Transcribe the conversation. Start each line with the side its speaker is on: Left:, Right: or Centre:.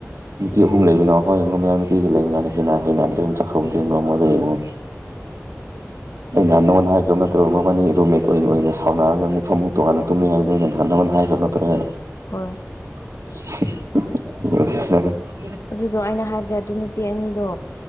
Right: ꯅꯨꯄꯤ ꯑꯍꯨꯝ ꯂꯩꯕꯅ ꯑꯩꯈꯣꯏ ꯃꯌꯥꯝꯅ ꯀꯤꯒ ꯂꯩꯃꯤꯅ ꯍꯅꯥ ꯍꯅꯥꯗ꯭ꯔꯔꯤ ꯆꯈꯗꯒꯣ ꯃꯗꯉꯣ ꯑꯩꯅꯍꯥꯟꯃꯣꯟ ꯍꯥꯏꯈ꯭ꯔꯕ ꯅꯠꯇ꯭ꯔꯕ ꯃꯅꯤ ꯔꯨꯝꯃꯦꯠ ꯑꯣꯏꯅ ꯁꯥꯎꯅꯔꯒꯨꯛ ꯐꯃꯨ ꯇꯣꯉꯥꯟꯅ ꯇꯨꯝꯃꯦ ꯍꯥꯏꯕꯗꯨꯗ ꯑꯩꯅ ꯅꯍꯥꯟꯃꯜ ꯍꯥꯏ ꯍꯥꯏꯥꯏꯐꯞꯅꯠꯇꯧꯒꯦ
Left: ꯍꯣꯏ
Right: <inaudible>
Left: ꯑꯗꯨꯗꯣ ꯑꯩꯅ ꯍꯥꯏꯕꯗꯤ ꯑꯗꯨ ꯅꯨꯄꯤ ꯑꯅꯤꯗꯣ